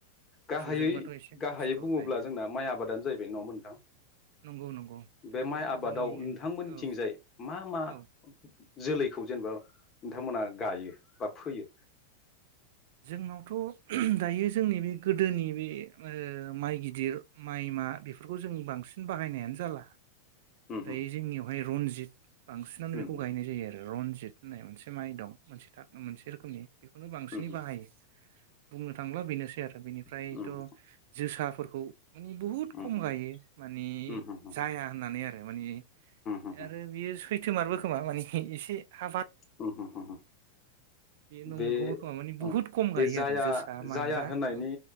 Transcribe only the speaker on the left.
गाहायै
गाहायै
बुङोब्ला
जोंना माइ आबादानो जाहैबाय नङा नोंथां
बे माइ आबादाव
नोंथांमोननिथिंजाय
मा मा
जोलैखौ जेनबा नोंथांमोना गायो बा फोयो
उम
उम
उम
उम
उम
उम
होम
उम उम होम
उम होम उम होम होम
होम होम होम
बे
उम
जाया
जाया होननायनि